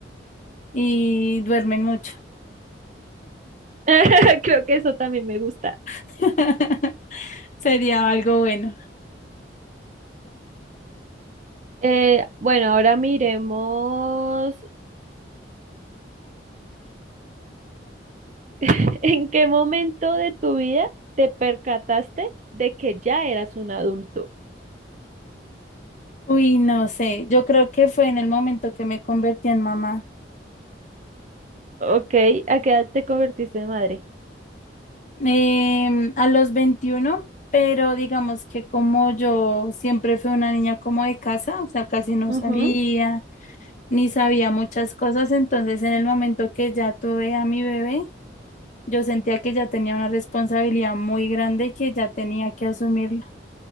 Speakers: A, on the left; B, on the right.
A: y duermen mucho.
B: <laughs> Creo que eso también me gusta.
A: <laughs> Sería algo bueno.
B: Eh, bueno, ahora miremos <laughs> en qué momento de tu vida te percataste de que ya eras un adulto.
A: Uy, no sé, yo creo que fue en el momento que me convertí en mamá.
B: Ok, ¿a qué edad te convertiste en madre?
A: Em, a los 21 pero digamos que como yo siempre fui una niña como de casa, o sea, casi no salía,
B: Ujú.
A: ni sabía muchas cosas, entonces en el momento que ya tuve a mi bebé, yo sentía que ya tenía una responsabilidad muy grande y que ya tenía que asumirla.